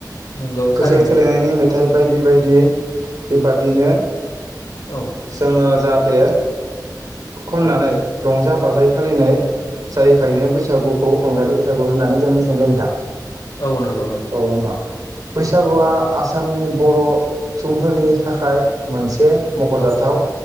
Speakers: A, on the left; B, on the right.
A: नंगौ थारैनो
B: गोसो थोलायनायनि मेथाइ बायदि बायदि बेबादिनो
A: औ
B: जोङो जाहाथे खननानै
A: औ
B: रंजा बाजायै फालिनाय जायोखायनो बैसागुखौ रंजालि बैसागु होननानै जों मिथिनाय जायो नोंथां।
A: औ नंगौ
B: औ नोंथां बैसागुआ
A: औ
B: आसामनि बर' सुबुंफोरनि थाखाय मोनसे मख'जाथाव
A: औ